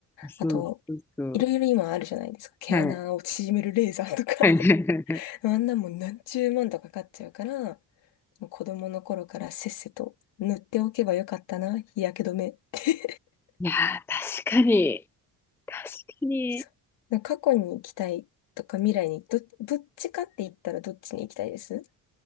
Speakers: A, in the centre; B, on the left.
A: そうそうそう。
B: あと、いろいろ今あるじゃないですか。毛穴を縮めるレーザーとか。
A: はい。はいはいはいはい。
B: <laughs> あんなもん何十万とかかかっちゃうから、子供の頃からせっせと塗っておけばよかったな、日焼け止め。<laughs>
A: いやー、確かに、確かに。
B: そうなんか過去に行きたいとか未来にど、どっちかって言ったらどっちに行きたいです